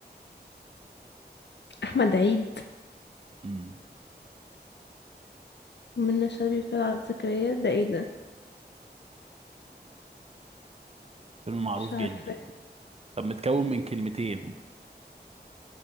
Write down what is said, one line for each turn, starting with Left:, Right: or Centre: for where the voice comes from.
Left: احمد عيد
Right: مم.
Left: ومنى شلبي وطلعت زكريا ده ايه ده
Right: فيلم معروف
Left: مش
Right: جدا
Left: عارفة
Right: طب متكون من كلمتين